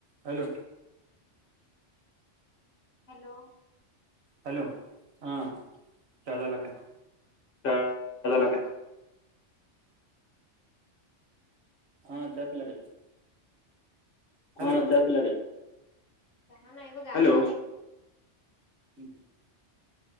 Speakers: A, on the right; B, on the left.
A: Hello.
B: Hello.
A: Hello हा चहा झाला काय.
B: चहा झाला काय.
A: हा चहा पिला काय. हॅलो
B: हा चहा पिला काय हॅलो.
A: ''हं'' हं ''